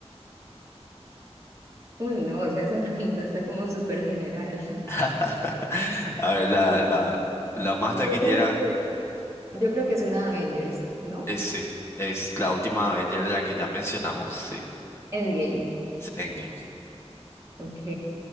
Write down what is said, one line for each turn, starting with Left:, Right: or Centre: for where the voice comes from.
Right: Uy, no, o sea, esa <laughs> pregunta está como súper general.
Left: <laughs>
Right: <laughs>
Left: A ver, la,
Right: Eh,
Left: la, la más
Right: Yo
Left: taquillera
Right: creo que, yo creo que es una Avengers, ¿no?
Left: es, sí, es la última Avenger, la que ya mencionamos, sí.
Right: Endgame.
Left: Es Endgame.
Right: Ok,